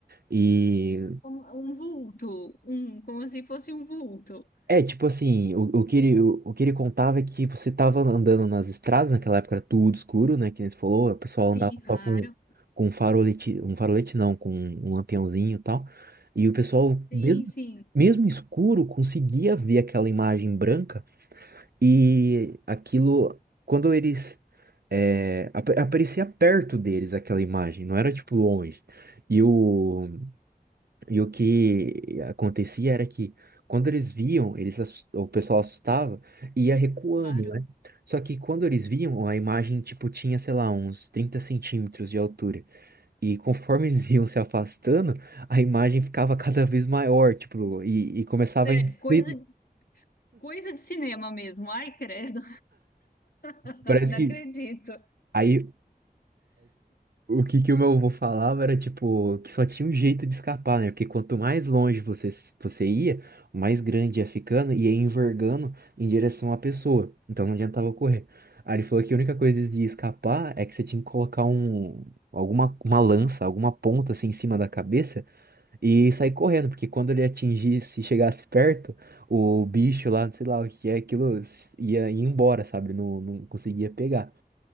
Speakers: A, on the right; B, on the left.
A: e
B: Um, um vulto, um, como se fosse um vulto.
A: É, tipo assim, o, o que ele, o, o que ele contava é que você tava andando nas estradas, naquela época era tudo escuro, né? Que nem você falou, o pessoal
B: Sim,
A: andava só
B: claro.
A: com, com um farolete, um farolete não, com um lampiãozinho e tal. E o pessoal,
B: Sim,
A: mesmo,
B: sim,
A: mesmo escuro, conseguia ver aquela imagem branca e aquilo, quando eles, é, apa- aparecia perto deles aquela imagem, não era tipo longe. E o, e o que acontecia era que quando eles viam, eles, assus- o pessoal assustava e ia recuando,
B: claro.
A: né? Só que quando eles viam, a imagem, tipo, tinha, sei lá, uns 30 centímetros de altura. E conforme <laughs> eles iam se afastando, a imagem ficava cada vez maior, tipo, e, e começava
B: Sério,
A: a... inclinar.
B: coisa, coisa de cinema mesmo. Ai, credo, <laughs>
A: Parece
B: não
A: que...
B: acredito.
A: Aí O que que o meu avô falava era, tipo, que só tinha um jeito de escapar, né? Porque quanto mais longe você, s- você ia, mais grande ia ficando e ia envergando em direção à pessoa. Então não adiantava correr. Aí ele falou que a única coisa de escapar é que você tinha que colocar um, alguma, uma lança, alguma ponta assim em cima da cabeça e sair correndo, porque quando ele atingisse, chegasse perto, o bicho lá, sei lá o que é, aquilo ia, ia embora, sabe? Não, não conseguia pegar.